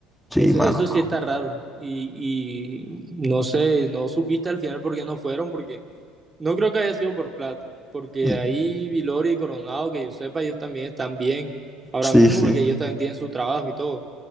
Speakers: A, in the centre; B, on the right.
A: Sí,
B: Eso,
A: mano.
B: eso sí está raro. Y, y no sé, no supiste al final por qué no fueron, porque No creo que haya sido por plata, porque
A: Mm,
B: ahí Vilori y Coronado, que yo sepa, ellos también están bien ahora
A: Sí,
B: mismo
A: sí.
B: porque ellos también tienen su trabajo y todo.